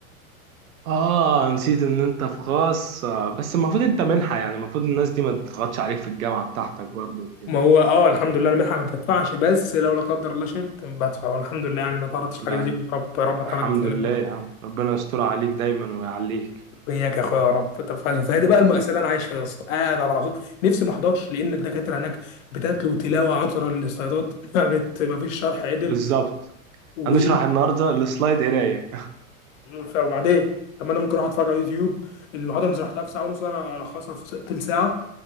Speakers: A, on the right; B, on the left.
A: اه نسيت ان انت في خاص آه، بس المفروض انت منحة يعني المفروض الناس دي ما تضغطش عليك في الجامعة بتاعتك برضو وكده
B: ما هو اه الحمد لله انا منحة ما بدفعش بس لو لا قدر الله شلت بدفع والحمد لله يعني ما تعرضتش
A: لا
B: لحاجه زي دي يا رب يا رب اتعرض
A: الحمد
B: بسلامه
A: لله يا عم ربنا يستر عليك دايما ويعليك
B: وإياك يا اخويا يا رب طب ف- فهذه بقى
A: حبيبي
B: المأساة اللي انا عايش فيها يا اسطى قاعد على العصور نفسي ما احضرش لان الدكاتره هناك بتتلو تلاوه عطره للاستعداد <laughs> ما بت- ما فيش شرح عدل
A: بالظبط
B: و
A: هنشرح النهاردة السلايد قراية
B: ف- وبعدين طب ما انا ممكن اروح اتفرج على يوتيوب المحاضره اللي شرحتها في ساعه ونص انا الخصها في س- تلت ساعه